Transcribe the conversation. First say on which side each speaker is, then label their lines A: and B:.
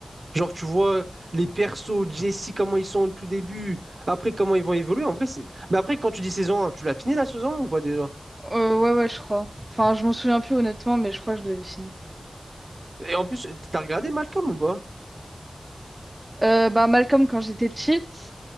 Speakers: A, on the right (about 55°); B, on the right (about 25°).
A: Genre, tu vois les persos, Jesse, comment ils sont au tout début, après comment ils vont évoluer. En vrai, c'est. Mais après, quand tu dis saison 1, tu l'as fini la saison 1 ou pas déjà?
B: Euh, ouais, ouais, je crois. Enfin, je m'en souviens plus honnêtement, mais je crois que je l'avais fini.
A: Et en plus, t'as regardé Malcolm ou pas?
B: Euh, bah, Malcolm, quand j'étais petite.